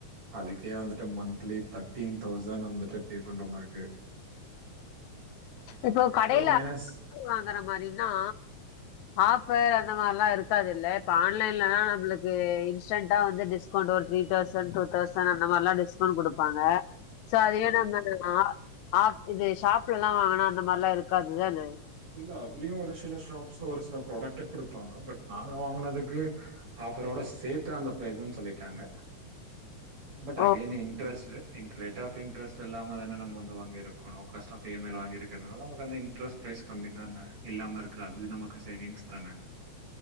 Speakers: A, on the right; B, on the left.
A: அதுக்கே வந்துட்டு மந்த்லி தட்டீன் தௌசண் வந்துட்டு பே பண்றமாரிக்கு
B: இப்போ கடைல
A: மைனஸ்
B: ஐ ஃபோன் வாங்கற மாரின்னா ஆஃபர் அந்த மார்ல்லா இருக்காதுல்ல இப்ப ஆன்லைன்லனா நம்மளுக்கு இன்ஸ்டன்ட்டா வந்து டிஸ்க் கவுண்ட் ஒரு த்ரீ தௌசண் ட்டு தௌசண் அந்த மாரில்லா டிஸ்கவுண்ட் குடுப்பாங்க சோ அதுவே
A: கரெக்ட்
B: நம்ம ஆ ஆப் இது ஷாப்லெல்லா வாங்குனா அந்த மாரில்லா இருக்காதுதான
A: இல்ல அதுலியோ ஒரு சில ஷாப்ஸ்ல ஒரு சில ப்ராடக்ட் குடுப்பாங்க பட் நாங்க வாங்குனதுக்கு ஆஃபரோட சேத்து அந்த ப்ரைஸ்ன் சொல்லிட்டாங்க but Again
B: O!
A: interest in ரேட்டா ஆஃப் இன்ட்ரெ்ட்ஸ்ட் இல்லாம தன நம்ம வந்து வாங்கிருக்கோ low cost of E M I ல வாங்க இருக்கறதுனால நம்மக்கு அந்த இன்ட்ரெஸ்ட் ப்ரைஸ் கம்மி தான இல்லாமருக்காது நமக்கு சேவிங்ஸ் தான